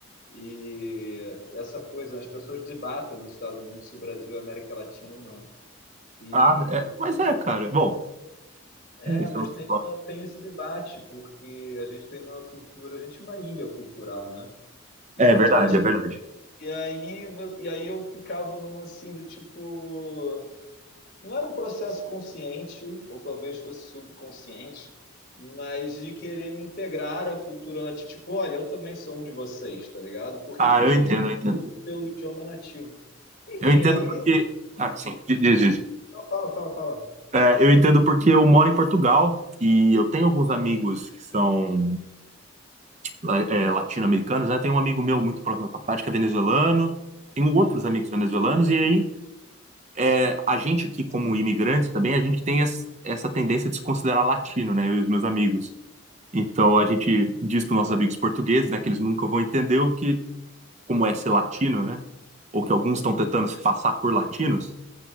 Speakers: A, on the left; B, on the right.
A: E essa coisa, as pessoas debatem nos Estados Unidos se o Brasil é América Latina ou não. E
B: Ah, é, mas é, cara. Bom,
A: é,
B: é, isso
A: mas
B: é outro
A: tem uma, tem esse debate, porque a gente tem uma cultura, a gente é uma ilha cultural, né? E
B: É verdade,
A: tudo isso
B: é verdade.
A: E aí, vo- e aí eu ficava numa assim do tipo. Não era um processo consciente, ou talvez fosse subconsciente, mas de querer me integrar à cultura latina. Tipo, olha, eu também sou um de vocês, tá ligado? Porque
B: Ah,
A: as pessoas
B: eu entendo, eu entendo.
A: são pelo idioma nativo. Enfim,
B: Eu entendo
A: aí.
B: porque. Ah, sim. Diz, diz, diz.
A: Não, fala, fala, fala.
B: É, eu entendo porque eu moro em Portugal e eu tenho alguns amigos que são la- é, latino-americanos, né? Tem um amigo meu muito próximo da faculdade que é venezuelano, tenho outros amigos venezuelanos, e aí é, a gente aqui, como imigrantes também, a gente tem es- essa tendência de se considerar latino, né? Eu e os meus amigos. Então a gente diz para os nossos amigos portugueses, né, que eles nunca vão entender o que, como é ser latino, né? Ou que alguns estão tentando se passar por latinos.